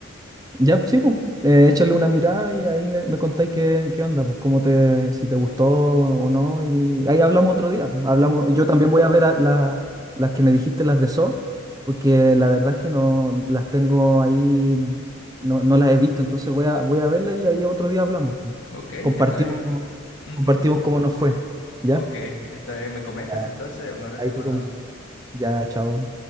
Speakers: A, on the right (about 15°); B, on the left (about 70°).
A: Ya, sí, pues, eh, échale una mirada y ahí me, me contáis qué, qué onda, pues cómo te, si te gustó o no, y ahí hablamos otro día, pues, hablamos,
B: O-
A: yo también voy a ver a la- las que me dijiste, las de So, porque la verdad es que no las tengo ahí, mm, no, no las he visto, entonces voy a, voy a verlas y ahí otro día hablamos, pues.
B: ok,
A: Compartimos,
B: está bien. Ujú,
A: compartimos cómo nos fue, ¿ya?
B: Ok, está bien, me comentas
A: Ya,
B: entonces, un abrazo
A: ahí
B: hermano.
A: te comento. Ya, chao.